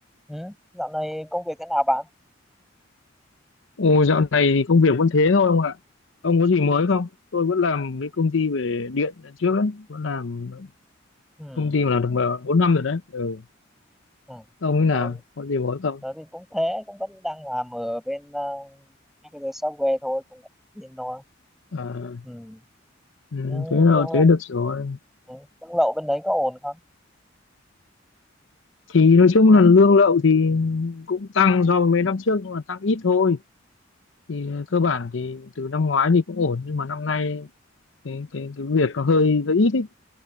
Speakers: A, in the centre; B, on the left.
A: Ừ. Dạo này công việc thế nào bạn?
B: Ồ, dạo này thì công việc vẫn thế thôi ông ạ. Ông có gì mới không? Tôi vẫn làm cái công ty về điện lần trước ấy, vẫn làm
A: Ừ.
B: công ty mà làm được ờ, 4 năm rồi đấy. Ừ.
A: Ừ.
B: Ông ấy nào,
A: Tớ,
B: có gì mới không?
A: tớ thì cũng thế, cũng vẫn đang làm ở bên uh, Computer Software thôi, cũng yên thôi.
B: À,
A: Ừ.
B: ừ,
A: Ừ, nhưng
B: thế nào
A: mà-
B: thế được rồi.
A: ừ, Công lậu bên đấy có ổn không?
B: Thì nói chung là lương lậu thì cũng tăng so với mấy năm trước nhưng mà tăng ít thôi. Thì ờ, cơ bản thì từ năm ngoái thì cũng ổn nhưng mà năm nay cái cái cái việc nó hơi hơi ít ấy.